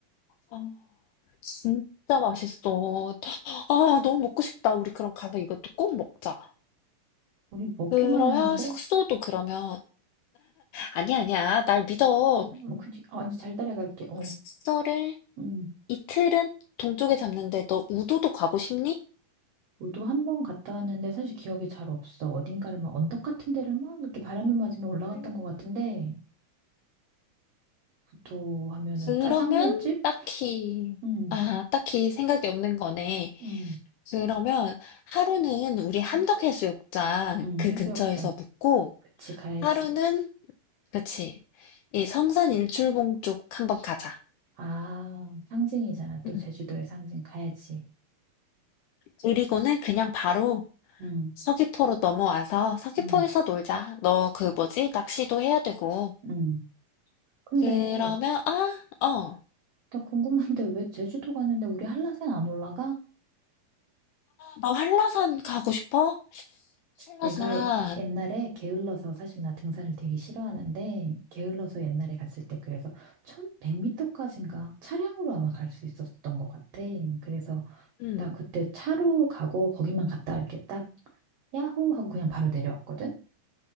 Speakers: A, on the left (about 85°); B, on the right (about 65°).
A: 아, 진짜 맛있어. 아, 너무 먹고 싶다. 우리 그럼 가서 이것도 꼭 먹자.
B: 우리 먹기만
A: 그러면
B: 하는데
A: 숙소도 그러면 아니야, 아니야. 날 믿어.
B: 뭐 음. 그지? 아, 이제 잘 따라갈게. 어.
A: 숙소를
B: 음.
A: 이틀은 동쪽에 잡는데 너 우도도 가고 싶니?
B: 우도 한 번 갔다 왔는데 사실 기억이 잘 없어. 어딘가를 막 언덕 같은 데를 막 이렇게 바람을 맞으며 올라갔던
A: 음.
B: 것 같은데 우도 하면은
A: 그러면
B: 짜장면집?
A: 딱히
B: 응,
A: 아, 딱히 생각이 없는 거네.
B: 응,
A: 그러면 하루는 우리 함덕해수욕장
B: 응, 응,
A: 그
B: 해수욕장.
A: 근처에서 묵고
B: 그치, 가야지.
A: 하루는 그치. 이 성산 일출봉 쪽 한번 가자.
B: 아, 상징이잖아. 또
A: 응.
B: 제주도의 상징 가야지.
A: 그리고는 그냥 바로
B: 응,
A: 서귀포로 넘어와서 서귀포에서
B: 응,
A: 놀자. 너 그 뭐지? 낚시도 해야 되고.
B: 응. 근데
A: 그러면, 아, 어.
B: 나 궁금한데 왜 제주도 가는데 우리 한라산 안 올라가?
A: 너 한라산 가고 싶어? 한라산.
B: 내가 예- 옛날에 게을러서 사실 나 등산을 되게 싫어하는데 게을러서 옛날에 갔을 때 그래서 1100m까지인가 차량으로 아마 갈 수 있었던 것 같아. 그래서
A: 음,
B: 나 그때 차로 가고 거기만 갔다 이렇게 딱 야호 하고 그냥 바로 내려왔거든.